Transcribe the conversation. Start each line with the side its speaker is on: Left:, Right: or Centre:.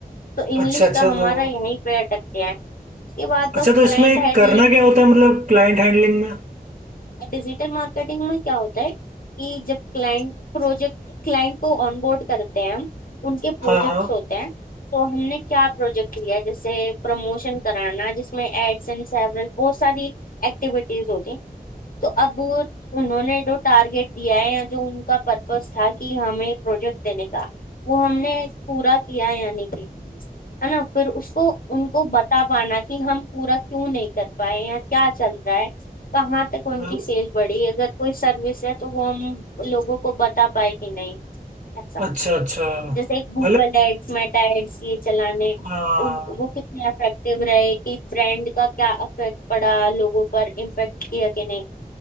Left: तो इंग्लिश
Right: अच्छा अच्छा
Left: का हमारा
Right: तो
Left: यहीं पे अटकते हैं उसके बाद
Right: अच्छा
Left: बस
Right: तो
Left: क्लाइंट
Right: इसमें
Left: हैंडलिंग
Right: करना क्या होता है मतलब क्लाइंट हैंडलिंग में
Left: डिजिटल मार्केटिंग में क्या होता है कि जब क्लाइंट प्रोजेक्ट क्लाइंट को ऑनबोर्ड करते हैं हम उनके प्रोजेक्ट्स
Right: हाँ हाँ
Left: होते हैं तो हमने क्या प्रोजेक्ट लिया है, जैसे प्रमोशन कराना जिसमें एड्स एंड सेवरल बहुत सारी एक्टिविटीज होती हैं तो अब वो उन्होंने जो टारगेट दिया है या जो उनका पर्पस था कि हमें प्रोजेक्ट देने का वो हमने पूरा किया है या नहीं किया है ना फिर उसको उनको बता पाना कि हम पूरा क्यों नहीं कर पाए या क्या चल रहा है कहाँ तक उनकी
Right: मतलब-
Left: सेल बढ़ी अगर कोई सर्विस है तो वो हम लोगों को बता पाए कि नहीं ऐसा
Right: अच्छा अच्छा
Left: जैसे एक गूगल
Right: मतलब
Left: एड्स मेटा एड्स ये चलाने
Right: हाँ
Left: उन वो कितने इफेक्टिव रहे कि ब्रांड का क्या इफेक्ट पड़ा लोगों पर इम्पेक्ट किया कि नहीं